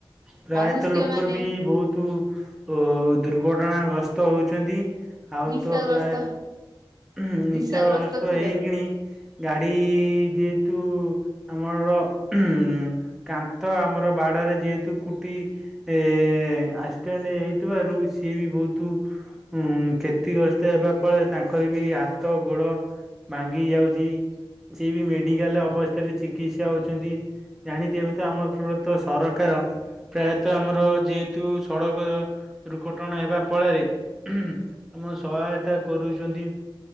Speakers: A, in the centre; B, on the right.
A: ପ୍ରାୟତଃ
B: ମନୁଷ୍ୟମାନେ
A: ଲୋକ ବି ବହୁତୁ- ଓ ଦୁର୍ଘଟଣାଗ୍ରସ୍ତ ହଉଛନ୍ତି। ଆଉ
B: ନିଶାଗ୍ରସ୍ତ
A: ତ ପ୍ରାୟ ର୍ହୁ ନିଶାବସ୍ତ
B: ନିଶାଗ୍ରସ୍ତ ଥିବାରୁ
A: ହେଇକିଣି- ଗାଡ଼ି ଯେହେତୁ ଆମର ହୁ ଉ କାନ୍ଥ ଆମର ବାଡରେ ଯେହେ- ତୁ କୁଟି ଏ ଆକ୍ସିଡେଣ୍ଟ ହେଇଥିବାରୁ ସିଏ ବି ବହୁତୁ। ଉଁ କ୍ଷତିଗ୍ରସ୍ତ ହେବା ଫଳରେ ତାଙ୍କର ବି ହାତ ଗୋଡ। ଭାଙ୍ଗି ଯାଉଛି ସେ ବି ମେଡିକାଲ ଅବସ୍ଥାରେ ଚିକିତ୍ସା ହଉଛନ୍ତି। ଜାଣିଥିବେ ହୁଏ ତ ଆମ ଏପଟେ ତ ସରକାର। ପ୍ରାୟତଃ ଆମର ଯେହେତୁ ସଡ଼କ ଦୁର୍ଘଟଣା ହେବା ପ ଳରେ। ଆମ ସହାୟତା କରୁଛନ୍ତି